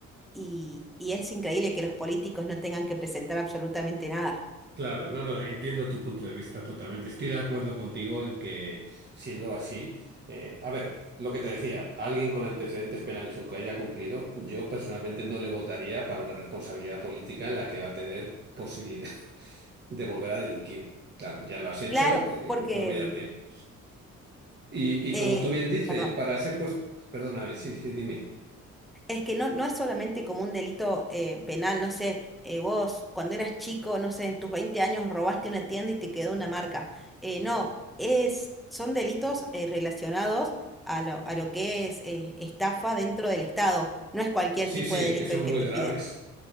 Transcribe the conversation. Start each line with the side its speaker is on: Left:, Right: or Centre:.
Centre: Y, y es increíble que los políticos no tengan que presentar absolutamente nada.
Right: Claro, no, no, entiendo tu punto de vista totalmente. Estoy de acuerdo contigo en que, siendo así, eh, a ver, lo que te decía, alguien con antecedentes penales, aunque haya cumplido, yo personalmente no le votaría para una responsabilidad política en la que va a tener posibilidad <laughs> de volver a delinquir. Claro, ya lo has hecho,
Centre: Claro,
Right: eh,
Centre: porque,
Right: olvídate.
Centre: mm,
Right: Y,
Centre: eh,
Right: y como tú bien dices,
Centre: perdón.
Right: para ser pues, perdóname, sí, sí, dime.
Centre: Es que no, no es solamente como un delito eh, penal, no sé, eh, vos cuando eras chico, no sé, en tus 20 años robaste una tienda y te quedó una marca. Eh, no, es, son delitos eh, relacionados a lo, a lo que es eh, estafa dentro del Estado. No es cualquier
Right: Sí,
Centre: tipo
Right: sí,
Centre: de delito
Right: que son
Centre: el
Right: muy
Centre: que te
Right: graves.
Centre: piden.